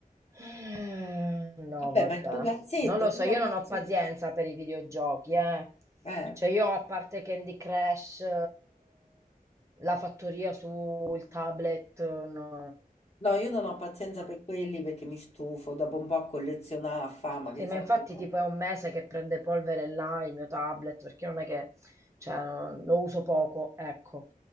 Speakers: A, on the right; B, on the left.
A: Eh, No,
B: Vabbè,
A: vabbè.
B: ma il pupazzetto,
A: Non lo so,
B: mica
A: io
B: ammazzo.
A: non ho pazienza per i videogiochi, eh.
B: Eh.
A: Cioè io a parte Candy Crush, eh, la fattoria sul tablet, no,
B: No, io non ho pazienza
A: no,
B: per quelli perché mi stufo, dopo un po' a collezionare a fama,
A: Sì,
B: che senso
A: ma infatti
B: c'è?
A: tipo è un mese che prende polvere là il mio tablet, perché non è che, cioè, no, lo uso poco, ecco.